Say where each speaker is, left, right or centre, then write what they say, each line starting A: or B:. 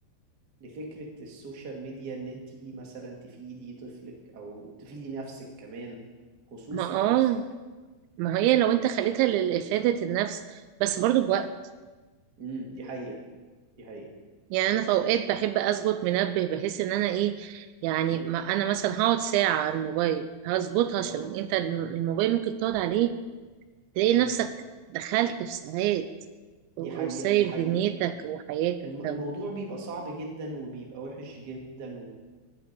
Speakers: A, on the right (about 35°); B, on the right (about 80°).
A: لفكرة السوشيال ميديا ان انت مثلا تفيدي طفلك او تفيدي نفسك كمان خصوصا
B: ما اه
A: نفسك
B: ما هي لو انت خليتها
A: آه،
B: لافاده النفس بس برضو بوقت
A: امم دي حقيقة دي حقيقة
B: يعني انا في اوقات بحب اظبط منبه بحيث ان انا ايه يعني
A: امم
B: ما انا مثلا هقعد ساعة على الموبايل هظبطها عشان
A: اه
B: انت الموبايل ممكن تقعد عليه تلاقي
A: امم
B: نفسك دخلت في ساعات وسايب
A: دي حقيقة دي حقيقة
B: دنيتك وحياتك
A: الم- الموضوع
B: طب
A: بيبقى صعب جدا وبيبقى وحش جدا و...